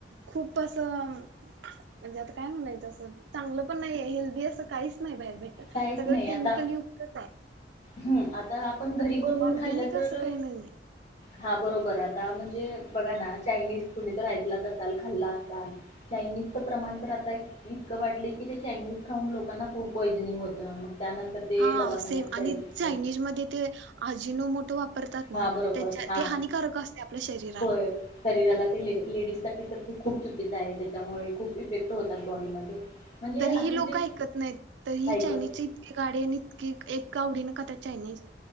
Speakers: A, on the right (about 80°); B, on the left (about 45°).
A: खूप असं म्हणजे आता काय म्हणायच असं चांगलं पण नाही हेल्दी असं काहीच नाही बाहेर
B: काहीच
A: सगळ
B: नाही आता
A: केमिकल युक्तच आहे.
B: हम्म आता पण घरी बनवून
A: ऑर्गॅनिक
B: खाल्लं तर
A: असं काही नाहीये
B: हा बरोबर पण बघा ना चायनीज तुम्ही तर ऐकला असाल खाला असल चायनीज प्रमाण इतक वाढलं की ती चायनीज खाऊन लोकांना फूड पॉसिंग होते होत मग त्यानंतर ते
A: हा
B: दवाखान्यात
A: सेम
B: जायचं
A: आणि चायनीज मध्ये ते आजीनो मोटो वापरतात. वापरतात
B: हा
A: ना
B: बरोबर
A: त्याच्या
B: हा
A: ते हानिकारक असते आपल्या शरीराला
B: होय शरीराला ते ले लेडीज तर खूप चुकीच आहे त्याच्यामुळे खूप इफेक्ट होतात बॉडीमध्ये <inaudible>
A: तरी
B: असं
A: ही लोक
B: जे
A: ऐकत नाहीत तर ही
B: ऐकत
A: चायनीजचे इतके गाडे आणि इतके आवडीने खातात चायनीज